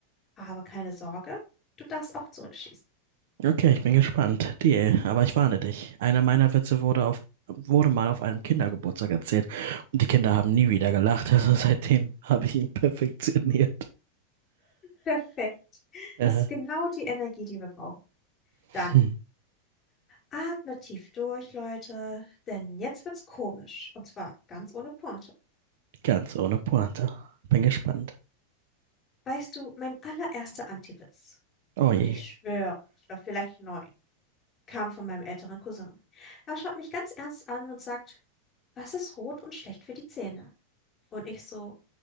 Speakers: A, on the left; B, on the right.
A: aber keine Sorge, du darfst auch zurückschießen.
B: Okay, ich bin gespannt. Deal. Aber ich warne dich. Einer meiner Witze wurde auf, wurde mal auf einem Kindergeburtstag erzählt und die Kinder
A: Mhm.
B: haben nie wieder gelacht. Also seitdem habe ich ihn perfektioniert.
A: Perfekt.
B: Äh,
A: Das ist genau die Energie, die wir brauchen.
B: hm,
A: Dann atmet tief durch, Leute, denn jetzt wird's komisch. Und zwar ganz ohne Pointe.
B: ganz ohne Pointe. Bin
A: Mhm.
B: gespannt.
A: Weißt du, mein allererster Antiwitz.
B: Oh
A: Und
B: je.
A: ich schwöre, ich war vielleicht neun. kam von meinem älteren Cousin. Er schaut mich ganz ernst an und sagt, was ist rot und schlecht für die Zähne? Und ich so,